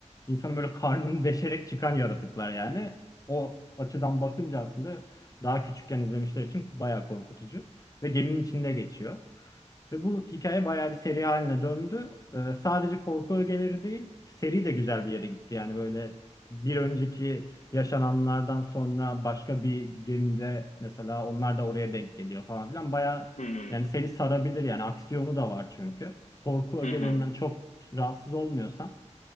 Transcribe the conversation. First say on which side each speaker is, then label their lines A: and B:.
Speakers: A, on the left (about 30°); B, on the left (about 75°).
A: insanın böyle karnını deşerek çıkan yaratıklar yani. O açıdan bakınca aslında daha küçükken izlemişler için bayağı korkutucu. Ve geminin içinde geçiyor. Ve bu hikaye bayağı bir seri haline döndü. E, sadece korku ögeleri değil, seri de güzel bir yere gitti. Yani böyle bir önceki yaşananlardan sonra başka bir gemide mesela onlar da oraya denk geliyor falan filan. Baya
B: Hmm.
A: yani seni sarabilir yani aksiyonu da var çünkü. Korku ögelerinden
B: Hı hı.
A: çok rahatsız olmuyorsan.